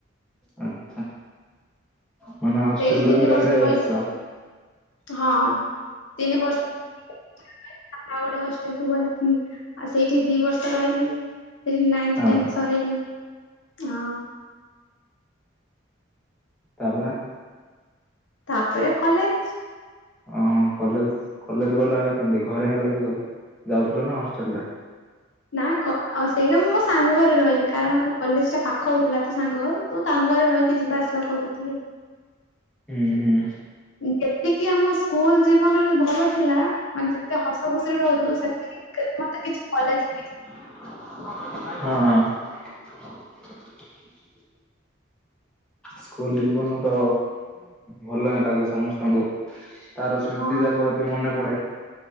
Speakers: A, in the centre; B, on the left (about 70°).
A: ଆଚ୍ଛା ମାନେ ହଷ୍ଟେଲରୁ
B: ସେଇଠି ତିନି
A: ହିଁ ରହି
B: ବର୍ଷ
A: ରହି
B: ରହିଲି
A: ଆସିଛ
B: ହଁ ତିନି ବର୍ଷ <unintelligible> ସେଇଠି ଦି ବର୍ଷ ରହିଲି ସେଠି ନାଇନ୍
A: ହଁ
B: ଟେନ ସରେଇଲି। ହଁ।
A: ତାପରେ?
B: ତାପରେ କଲେଜ।
A: ଓ ହଁ କଲେଜ କଲେଜ ଗଲାବଳେ କେମତି ଘରେ ହିଁ ରହିକି ଗଲ? ଯାଉଥିଲ ନା ହଷ୍ଟେଲରେ?
B: ନା ଗ ଆଉ ସେଇଟା ମୁଁ ମୋ ସାଙ୍ଗ ଘରେ ରହିଲି କାରଣ ଆମ କଲେଜ ଟା ପାଖ ହଉଥିଲା ତ ସାଙ୍ଗ ଘରୁ ତ ତାଙ୍କ ଘରେ ରହିକି ଯିବା ଆସିବା କରୁଥିଲି।
A: ହୁଁ ହୁଁ।
B: ଯେତିକି ଆମ ସ୍କୁଲ ଜୀବନରେ ଭଲ ଥିଲା ମାନେ ଏତେ ହସ ଖୁସିରେ ରହୁଥିଲୁ ସେତିକି ମତେ କିଛି କଲେଜ
A: ହଁ। ସ୍କୁଲ ଜୀବନ ତ ଭଲ ହିଁ ଲାଗେ ସମସ୍ତଙ୍କୁ। ତାର ସ୍ମୃତି
B: ହଁ।
A: ଯାକ ଏବେ ମନେ ପଡେ।